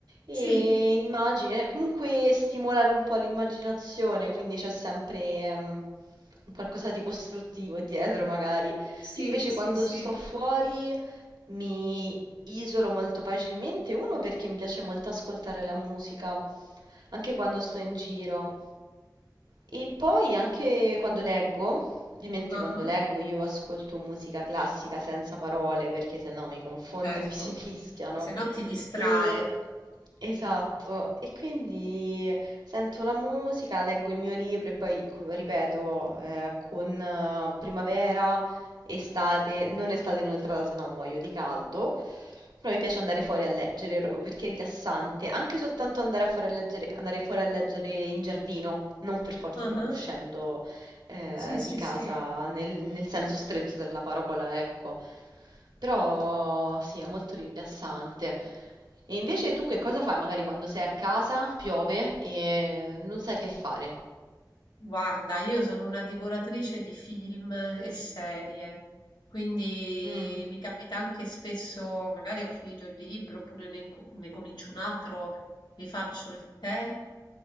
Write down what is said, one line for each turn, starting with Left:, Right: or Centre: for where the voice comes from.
Right: e
Left: Sì,
Right: immagini, eh, comunque stimolare un po' l''immaginazione, quindi c'è sempre ehm, un qualcosa di costruttivo dietro magari.
Left: sì,
Right: Io invece
Left: sì,
Right: quando
Left: sì.
Right: sto fuori mi isolo molto facilmente, uno perché mi piace molto ascoltare la musica, anche quando sto in giro. E poi anche quando leggo, ovviamente
Left: Ah,
Right: quando leggo io ascolto musica classica senza parole perché sennò mi confondo
Left: certo.
Right: e mi si mischiano.
Left: Se no ti distrae.
Right: E esatto, e quindi sento la musica, leggo il mio libro e poi, co- ripeto, eh, con eh, primavera estate, non estate inoltrata, se no muoio di caldo. Però mi piace andare fuori a leggere proprio perché è rilassante, anche soltanto andare a fare leggere- andare fuori a leggere in giardino, non per forza
Left: Ah,
Right: proprio uscendo eh,
Left: Sì, sì,
Right: di casa
Left: sì.
Right: nel, nel senso stretto della parola, ecco. Però sì, è molto rilassante. E invece tu che cosa fai magari quando sei a casa, piove e non sai che fare?
Left: Guarda, io sono una divoratrice di film e serie, quindi
Right: Mm,
Left: mi capita anche spesso, magari ho finito il libro oppure ne, inco- ne comincio un altro, mi faccio il tè,